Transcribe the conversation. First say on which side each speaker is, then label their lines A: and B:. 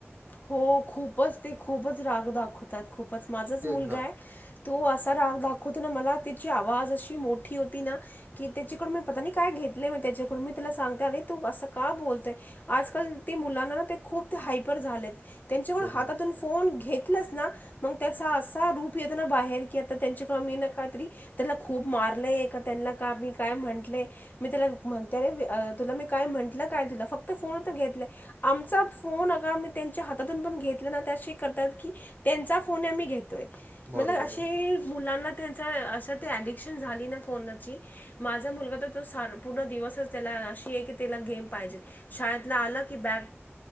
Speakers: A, on the left; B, on the right.
A: हो खूपच ते खूपच राग दाखवतात खूपच. माझाच
B: तेच
A: मुलगा
B: ना
A: आहे- तो असा राग दाखवतो ना मला, त्याची आवाज अशी मोठी होती ना- कि त्याच्याकडून मी पता नाही काय घेतलंय मी त्याच्याकडून मी त्याला सांगते अरे तू असं का बोलतोये. आजकाल ते मुलांना ना ते खूप हायपर झालेत त्यांच्यामुळे
B: तेच
A: हातातून
B: ना
A: फोन घेत- तलंच ना मग त्याचा असा रूप येत ना बाहेर की आता त्यांच्याकडे मी ना काहीतरी- त्याला खूप मारलंय का त्यांना का मी काय म्हटलंय- मी त्याला म्हणते रे तुला मी काय म्हंटलं काय तुला फक्त फोन तर घेतलंय- आमचाच फोन- त्यांच्या हातातून पण घेतला ना की ते अशे करतात की त्यांचा फोन आम्ही घेतोय.
B: बरोबर
A: मतलब अशी
B: आहे
A: मुलांना त्यांच अस ते ऍडिक्शन झाली ना फोनची. माझा मुलगा तर तो सार पूर्ण दिवसच त्याला अशी आहे की त्याला गेम पाहिजे. शाळेतन आलं की बॅग